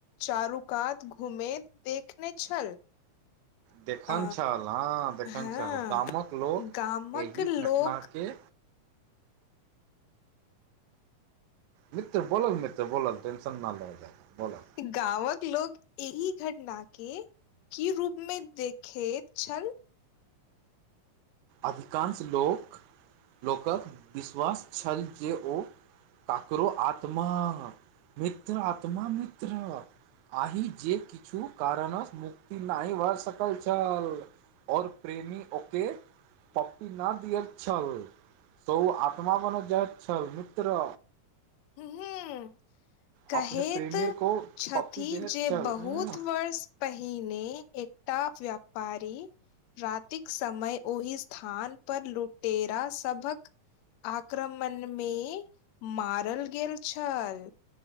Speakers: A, on the left; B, on the right.
A: चारुकात घुमे देखने छल
B: देखन
A: अ
B: छल हँ देखन
A: हँ
B: छल गामक लोक
A: गामक
B: एहि
A: लोक
B: घटना के मित्र बोलल मित्र बोलल टेंशन न लेल जाय बोलल
A: गाँवक लोक एहि घटना के की रूपमे देखैत छल
B: अधिकांश लोक लोकक विश्वास छल जे ओ ककरो आत्मा मित्र आत्मा मित्र आहि जे किछु कारणस मुक्ति नाहि भ सकय छल और प्रेमी ओके पप्पी न दियल छल त ओ आत्मा बनि जाइत छल मित्र
A: हे हेए कहेत
B: अपने प्रेमी को
A: छथि
B: पप्पी देहैत
A: जे
B: छल
A: बहुत
B: उम्म
A: वर्ष पहि पहिने एकटा व्यापारी रातिक समय ओहि स्थान पर लुटेरा सभक आक्रमण मे मारल गेल छल